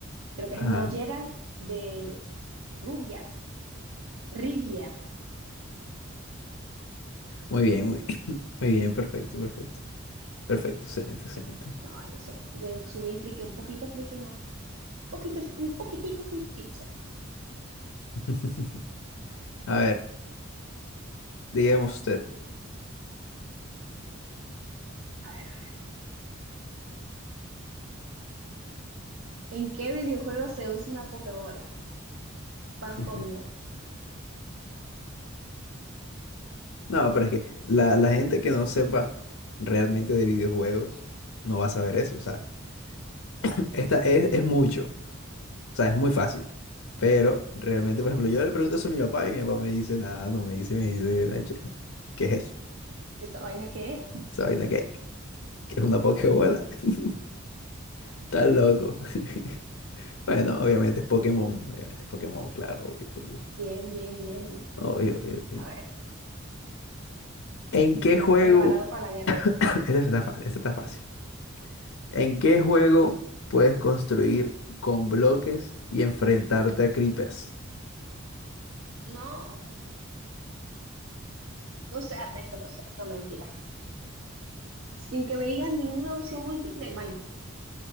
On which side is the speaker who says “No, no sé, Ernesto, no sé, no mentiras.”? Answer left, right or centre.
Right